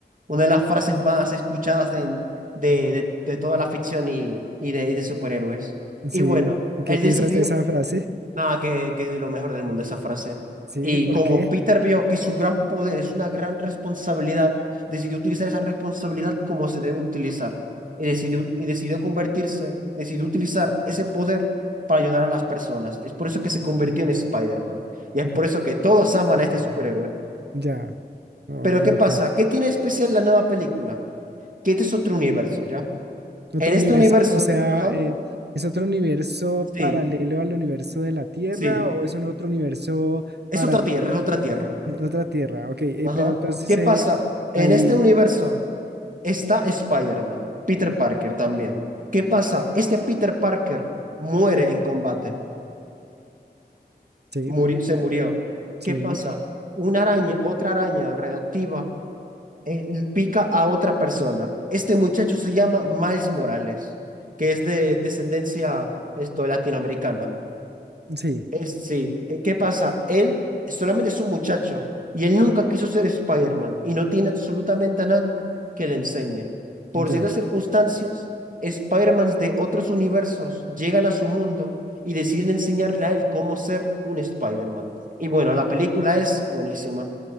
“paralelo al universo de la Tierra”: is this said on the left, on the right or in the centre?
Right